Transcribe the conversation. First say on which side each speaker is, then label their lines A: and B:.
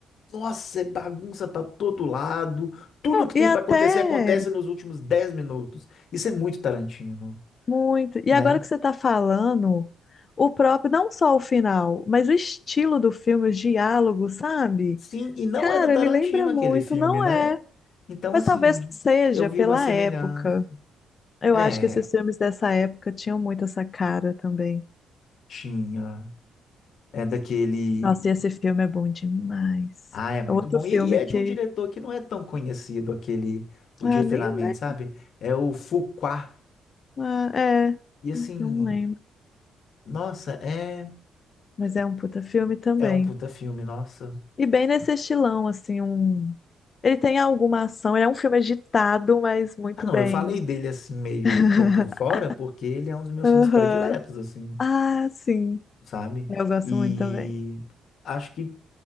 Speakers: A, on the left; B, on the left.
A: nossa, é bagunça pra todo lado. Tudo que
B: E
A: tem
B: até
A: pra acontecer acontece nos últimos 10 minutos. Isso é muito Tarantino,
B: Muito. E
A: né?
B: agora que você está falando, o próprio, não só o final, mas o estilo do filme, os diálogos, sabe?
A: Sim, e não
B: Cara,
A: é do Tarantino
B: me lembra muito,
A: aquele filme,
B: não
A: né?
B: é?
A: Então,
B: Mas
A: assim,
B: talvez seja
A: eu vi
B: pela
A: uma semelhança.
B: época. Eu
A: É,
B: acho que esses filmes dessa época tinham muito essa cara também.
A: tinha. É daquele.
B: Nossa, e esse filme é bom demais.
A: Ah, é muito
B: É outro
A: bom.
B: filme
A: E, e é
B: que.
A: de um diretor que não é tão conhecido, aquele. O
B: Ah,
A: de
B: nem,
A: treinamento,
B: né?
A: sabe? É o Fuqua.
B: Ah, é.
A: E assim,
B: Não lembro.
A: nossa, é,
B: Mas é um puta filme também.
A: é um puta filme, nossa.
B: E bem nesse estilão, assim, um. Ele tem alguma ação, ele é um filme agitado, mas muito
A: Ah, não,
B: bem.
A: eu falei dele assim meio
B: <laughs>
A: por, por fora, porque ele é um dos meus
B: Aham.
A: filmes prediletos, assim,
B: Ah, sim.
A: sabe?
B: Eu gosto
A: E
B: muito também.
A: acho que